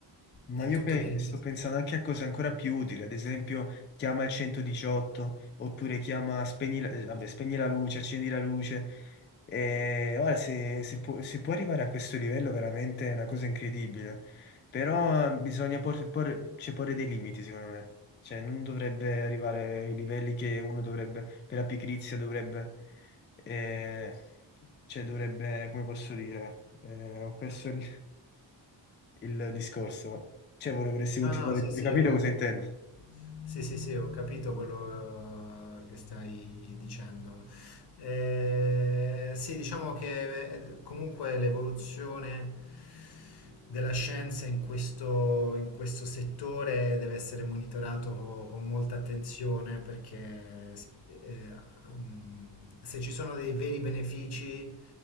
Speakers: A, on the left; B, on the left.
A: Ma
B: e
A: io
B: tutto
A: pe-
B: viene trasmesso.
A: sto pensando anche a cose ancora più utili, ad esempio chiama il 118 oppure chiama spegni la, eh, vabbè, spegni la luce, accendi la luce. E, guarda, se, se pu- se può arrivare a questo livello veramente è una cosa incredibile, però eh, bisogna por- por- cioè, porre dei limiti secondo me, cioè non dovrebbe arrivare ai livelli che uno dovrebbe, per la pigrizia dovrebbe, eh, cioè dovrebbe, come posso dire, eh, ho perso il il discorso. Cioè, vorrei- vorresti continuare,
B: No, no, sì, sì,
A: hai capito
B: ho,
A: cosa intendo?
B: ho- sì, sì, sì, ho capito quello eh, che stai dicendo. Eh, sì, diciamo che eh, comunque l'evoluzione della scienza in questo, in questo settore deve essere monitorato co- con molta attenzione perché s- eh, mm, se ci sono dei veri benefici